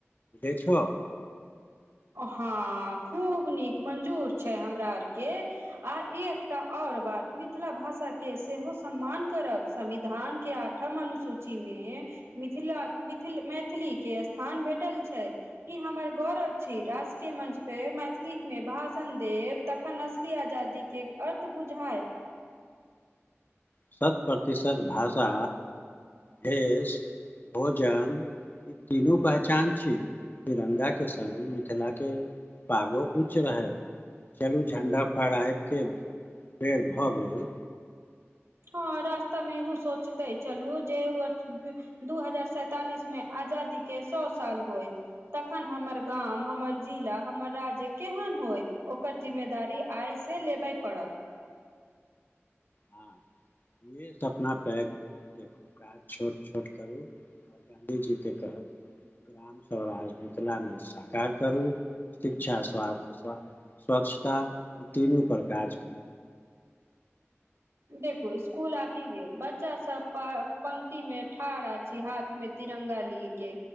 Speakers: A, on the left; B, on the right.
A: <unintelligible> छो।
B: हां खूब नीक मंजूर छै हमरा आर के। आ एकटा और बात मिथिला भाषा के सेहो सम्मान करब संविधान के आ ठम अनुसूची में मिथिला मिथिल मैथिली के स्थान भेटल छै। ई हमर गौरव छै, राष्ट्रीय मंच पे मैथिलीक में भाषण देब तखन असली आजादी के अर्थ बुझाय
A: शत प्रतिशत भाषा, भेष, भोजन ई तीनू पहचान छीयै, तिरंगा के संग मिथिला के पागो ऊच रहय, चलू झण्डा फहड़ाय के बेर भऽ गेलय।
B: हां रास्ता मे एहू सोचते चलू जे <unintelligible> दू हजार सैंतालिस मे आजादी के सौ साल होएत। तखन हमर गाम हमर जिला हमर राज्य केहेन होएत ओकर जिम्मेदारी आय से लेबय पड़त।
A: हां इहै सपना पैघ देखू काज छोट-छोट करू। आ गाँधी जी के तरह ग्राम स्वराज्य मिथिला मे साकार करू, शिक्षा, स्वास्थ्य, स्वा स्वच्छता ई तीनू पर काज करू।
B: देखु स्कूल आबि गेल, बच्चा सब पऽ पंक्ति में ठाढ़ अछि हाथ में तिरंगा लिय के,